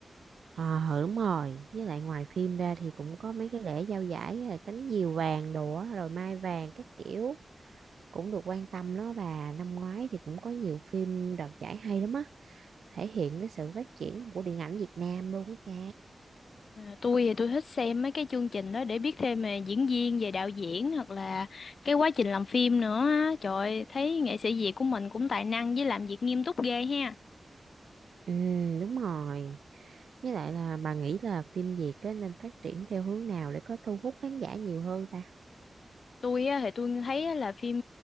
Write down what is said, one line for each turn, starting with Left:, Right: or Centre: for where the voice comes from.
Right: Ờ ừ, đúng rồi với lại ngoài phim ra thì cũng có mấy cái lễ trao giải là cánh diều vàng đồ á, rồi mai vàng các kiểu cũng được quan tâm đó bà năm ngoái thì cũng có nhiều phim đoạt giải hay lắm á thể hiện cái sự phát triển của điện ảnh Việt Nam luôn á cha
Left: À, tôi thì tôi thích xem mấy cái chương trình đó để biết thêm về diễn viên, về đạo diễn hoặc là cái quá trình làm phim nữa á. Trời ơi, thấy nghệ sĩ Việt của mình cũng tài năng với làm việc nghiêm túc ghê ha.
Right: ừ đúng rồi với lại là bà nghĩ là phim Việt á, nên phát triển theo hướng nào để có thu hút khán giả nhiều hơn ta
Left: tôi á, thì tôi thấy á là phim